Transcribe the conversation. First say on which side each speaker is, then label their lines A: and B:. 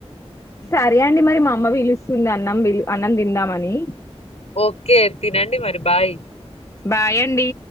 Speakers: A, on the left (about 25°); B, on the left (about 70°).
A: సరే అండి మరి మా అమ్మ పిలుస్తుంది అన్నం అన్నం తిందామని
B: ఓకే తినండి మరి బాయ్
A: బాయ్ అండి